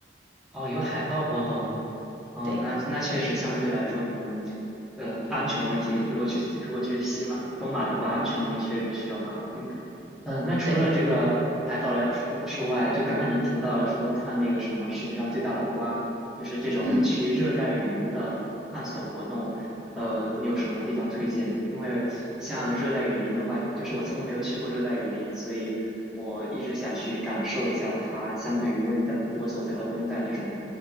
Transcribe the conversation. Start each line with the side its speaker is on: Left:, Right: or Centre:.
Centre: 哦，有海盗活动，哦，
Right: 对
Centre: 那那确实相对来说可能，嗯，安全问题，如果去如果去西马东马的话，安全问题确实是需要考虑。嗯，那除了这个海岛来说之外，
Right: 对，
Centre: 就刚刚你提到了说看那个什么世界上最大的花，就是这种去热带雨林的探索活动。
Right: 嗯，
Centre: 呃，你有什么地方推荐？因为像热带雨林的话，就是我从没有去过热带雨林，所以我一直想去感受一下它相对于温带我所在的温带这种